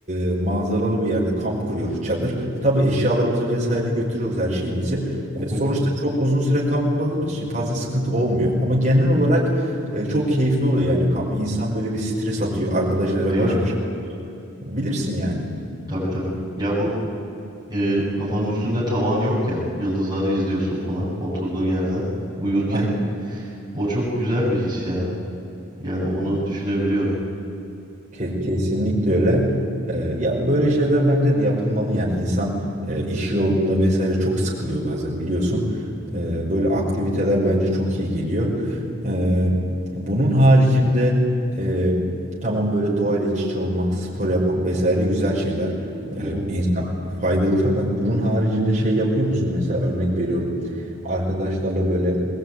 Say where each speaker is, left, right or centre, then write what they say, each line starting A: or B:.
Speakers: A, on the right; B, on the right.
A: e, manzaralı bir yerde kamp kuruyoruz çadır. E tabii eşyalarımızı vesaire götürüyoruz her şeyimizi.
B: Hı
A: E,
B: hı.
A: sonuçta çok uzun süre kalmadığımız için fazla sıkıntı olmuyor. Ama genel olarak e, çok keyifli oluyor yani kamp. İnsan böyle bir stres atıyor arkadaşlarıyla
B: Değil
A: baş
B: mi?
A: başa. kalıyor. Bilirsin yani.
B: Tabii tabii. Ya bu e, kafanın üstünde tavan yok ya. Yıldızları izliyorsun falan oturduğun yerden uyurken.
A: <laughs>
B: O çok güzel bir his ya. Yani onu düşünebiliyorum.
A: Ke- Kesinlikle öyle. Ee, ya böyle şeyler bence de yapılmalı yani insan e, iş yolunda vesaire çok sıkılıyor bazen biliyorsun. Ee, böyle aktiviteler bence çok iyi geliyor. Ee, bunun haricinde e, tamam böyle doğayla iç içe olmak, spor yapmak vesaire güzel şeyler.
B: Hı
A: Ee,
B: hı,
A: insana faydalı fakat bunun haricinde şey yapıyor musun? Mesela örnek veriyorum arkadaşlarla böyle